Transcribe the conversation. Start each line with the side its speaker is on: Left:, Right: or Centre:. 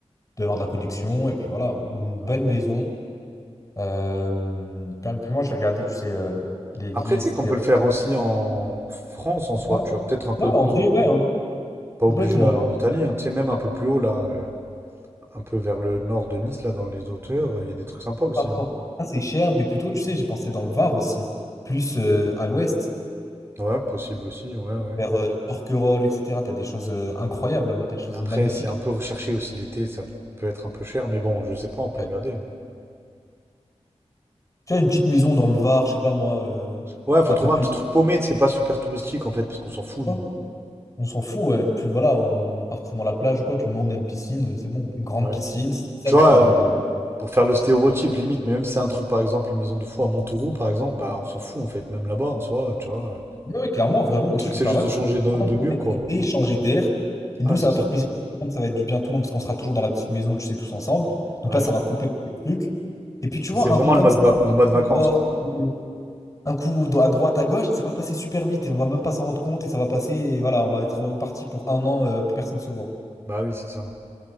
Left: Il doit y avoir de la connexion. Et puis voilà, on loue une bonne
Right: Ouais.
Left: maison. Euh, Puis puis moi, je vais regarder, tu sais, euh, les villes,
Right: Après, tu
Left: etc.
Right: sais qu'on peut le faire aussi en France, en
Left: En
Right: soi,
Left: France.
Right: tu vois, peut-être un peu
Left: Ouais, en
Right: plus,
Left: vrai, ouais, hein.
Right: pas
Left: Complètement.
Right: obligé à- en Italie, hein, tu sais, même un peu plus haut, là, euh, un peu vers le nord de Nice, là, dans les hauteurs, il y a des trucs sympas aussi.
Left: Pas pour
Right: hein.
Left: ça, c'est cher, mais plutôt, tu sais, j'ai pensé dans le Var aussi, plus euh, à l'ouest,
Right: Ouais, possible aussi, ouais, ouais.
Left: vers euh, Porquerolles, etc. T'as des choses euh, incroyables là-bas, t'as des choses
Right: Après,
Left: magnifiques.
Right: c'est un peu recherché aussi l'été, ça peut être un peu cher, mais bon, je sais pas, on peut
Left: Ouais.
Right: regarder. hein.
Left: Tu as une petite maison dans le Var, je sais pas moi, euh,
Right: Ouais, faut
Left: un
Right: trouver
Left: peu plus
Right: un petit truc paumé, c'est pas super touristique, en fait, parce qu'on s'en fout,
Left: loin,
Right: nous.
Left: on s'en fout, ouais. Puis voilà, on pas forcément la plage ou quoi, du moment où on a une piscine, euh, c'est bon, une grande
Right: Ouais.
Left: piscine, c'est ça
Right: Tu
Left: du
Right: vois,
Left: coup le...
Right: euh,
Left: le-
Right: pour faire le stéréotype limite, mais même si c'est un truc, par exemple, une maison de fou à Montauroux, par exemple, bah on s'en fout en fait, même là-bas en soi, tu vois. euh,
Left: Ouais, ouais, clairement, vraiment, moi
Right: Le
Left: je
Right: truc,
Left: suis
Right: c'est
Left: hyper
Right: juste
Left: d'accord,
Right: de changer
Left: parce que
Right: de,
Left: en
Right: de
Left: fait, pour
Right: lieu,
Left: déconnecter,
Right: quoi.
Left: changer d'air, et nous
Right: Ouais,
Left: ça
Right: c'est
Left: va
Right: ça.
Left: faire plaisir à tout le monde, ça va être du bien à tout le monde, parce qu'on sera toujours dans la petite maison, tu sais, tous ensemble, donc
Right: Ouais.
Left: là ça va couper le truc. Et puis tu vois,
Right: C'est vraiment
Left: un coup comme
Right: le mode,
Left: ça,
Right: ma- le mode vacances,
Left: On sort
Right: quoi.
Left: un coup un coup do- à droite, à gauche, ça va passer super vite et on va même pas s'en rendre compte et ça va passer et voilà, on va être reparti pour un an, euh, plus personne se voit.
Right: Bah oui, c'est ça.